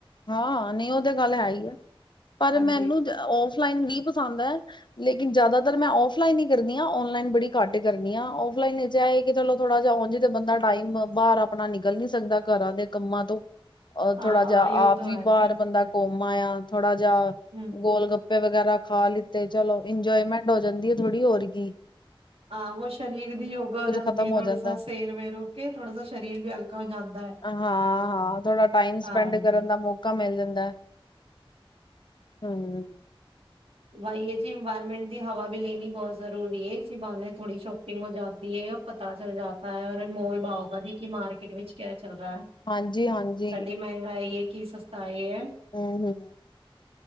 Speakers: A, on the left; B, on the right.
A: ਹਾਂ ਨਹੀਂ ਉਹ ਤੇ ਗੱਲ ਹੈ ਹੀ ਆ ਪਰ
B: ਹਾਂਜੀ
A: ਮੈਨੂੰ ਔਫ ਆਨਲਾਈਨ ਵੀ ਪਸੰਦ ਆ ਲੇਕਿਨ ਜਿਆਦਾਤਰ ਮੈਂ ਆਫਲਾਈਨ ਹੀ ਕਰਦੀ ਆ, ਓਨਲਾਈਨ ਬੜੀ ਘੱਟ ਕਰਦੀ ਆ ਫ ਲਨ <unintelligible> ਚਲੋ ਥੋੜਾ ਜਿਹਾ ਬੰਦਾ ਟਾਈਮ ਤੋਂ ਬਾਹਰ ਆਪਣਾ ਨਿਕਲ ਨੀ ਸਕਦਾ ਘਰਾਂ ਦੇ ਕੰਮਾਂ ਤੋਂ ਔਰ
B: ਹਾਂ
A: ਥੋੜਾ ਜਿਹਾ
B: ਯੋ
A: ਆਪ
B: ਤੋ
A: ਵੀ
B: ਹੈ
A: ਬਾਹਰ
B: ਜੀ
A: ਬੰਦਾ ਕੁ <unintelligible> ਥੋੜਾ ਜਾਂ
B: ਹੂੰ
A: ਗੋਲ ਗੱ <unintelligible> ਵਗੈਰਾ ਖਾ ਲਿੱ ਤੇ ਚਲੋ ਇੰਜੋਏਮੈਂਟ ਹੋ ਜਾਂਦੀ ਥੋੜੀ ਹੋਰ ਗੀਂ
B: ਹਾਂ ਉਹ ਸਰੀਰ ਦੀ ਯੋਗਾ ਹੋ ਜਾਂਦੀ
A: ਖਤਮ
B: ਹੈ
A: ਹੋ
B: ਥੋੜਾ
A: ਜਾਂਦਾ
B: ਸ ਸੇਰ ਵੇਰ ਹੋ ਕੇ ਥੋੜਾ ਸ ਸਰੀਰ ਵੀ ਹਲਕਾ ਹੋ ਜਾਂਦਾ ਹੈ
A: ਹਾਂ ਹਾਂ ਥੋੜਾ ਟਾਈਮ
B: ਹਾਂਜੀ
A: ਸਪੈਂਡ ਕਰਨ ਦਾ ਮੌਕਾ ਮਿਲ ਜਾਂਦਾ ਹਮ
B: ਬਾਈ ਇਹ ਜੀ ਇਨਵਾਇਰਮੈਂਟ ਦੀ ਹਵਾ ਵੀ ਲੈਣੀ ਬਹੁਤ ਜ਼ਰੂਰੀ ਹੈ ਇਸ ਬਹਾਨੇ ਥੋੜੀ ਸ਼ੋਪਿੰਗ ਹੋ ਜਾਦੀ ਹੈ ਪਤਾ ਚੱਲ ਜਾਤਾ ਹੈ ਔਰ ਮੋਲ ਭਾਓ ਦੀ ਕਿ ਮਾਰਕੀਟ ਵਿੱਚ ਕਿਆ ਚੱਲਦਾ
A: ਹਾਂਜੀ-ਹਾਂਜੀ,
B: ਸਾਡੀ ਮਹਿੰਗਾਈ ਇੱਕ ਕੀ ਸਸਤਾ ਇਹ ਹੈ।
A: ਹੂ, ਹੂੰ